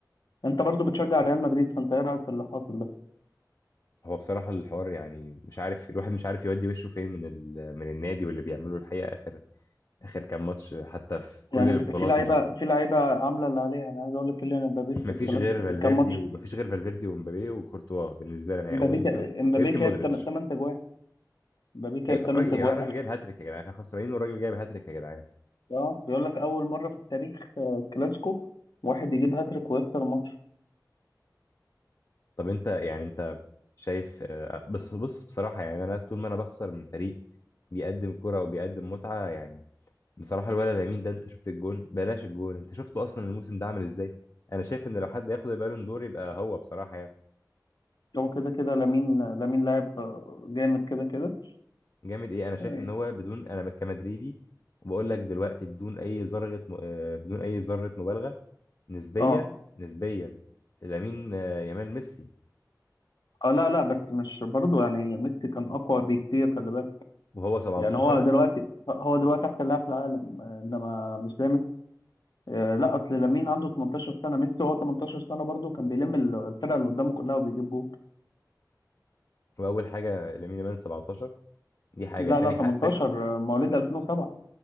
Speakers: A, on the left; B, on the left.
A: انت برضه بتشجع ريال مدريد فانت ايه رايك في اللي حاصل ده
B: هو بصراحه الحوار يعني مش عارف الواحد مش عارف يودي وشه فين من ال... من النادي واللي بيعمله الحقيقه اخر اخر كام ماتش حتى في كل
A: يعني
B: البطولات
A: في في لعيبه
B: مش ب...
A: في لعيبه عامله اللي عليها انا عايز اقول لك كيليان امبابي
B: <laughs>
A: في
B: مفيش
A: الكلاسيكو
B: غير فالفيردي
A: في الكام ماتش
B: ومفيش غير فالفيردي ومبابي وكورتوا بالنسبه لنا
A: امبابي
B: ويمكن
A: كا- امبابي
B: ويمكن
A: جايب
B: مودريتش
A: 8 تجوان امبابي جايب
B: ايوه
A: 8
B: الراجل يا
A: تجوان
B: جدعان الراجل
A: اخر
B: جايب هاتريك يا جدعان احنا خسرانين والراجل جايب هاتريك يا جدعان
A: اه بيقول لك اول مره في التاريخ آه، كلاسيكو واحد يجيب هاتريك ويخسر الماتش
B: طب انت يعني انت شايف آه، بس بص بصراحة يعني انا طول ما انا بخسر من فريق بيقدم كرة وبيقدم متعة يعني بصراحة الولد لامين ده انت شفت الجون بلاش الجون انت شفته اصلا الموسم ده عامل ازاي انا شايف ان لو حد ياخد البالون دور يبقى هو بصراحة يعني
A: هو كده كده لامين لامين لاعب آه، جامد كده كده
B: جامد ايه انا شايف
A: اه
B: ان هو بدون انا كمدريدي وبقول لك دلوقتي بدون اي ذرة م- آه، بدون اي ذرة مبالغة نسبيا
A: اه
B: نسبيا لامين آه، يامال ميسي
A: آه، لا لا بس مش برضو يعني ميسي كان اقوى بكتير خلي بالك
B: وهو 17
A: يعني هو
B: سنة
A: دلوقتي هو دلوقتي احسن لاعب في العالم آه، انما مش زي ميسي آه، لا اصل لامين عنده 18 سنه ميسي وهو 18 سنه برضو كان بيلم ال- الفرقه اللي قدامه كلها وبيجيب جول
B: واول حاجة لامين يامال 17 دي حاجة
A: لا
B: تاني
A: لا 18
B: حق تاني
A: آه، مواليد 2007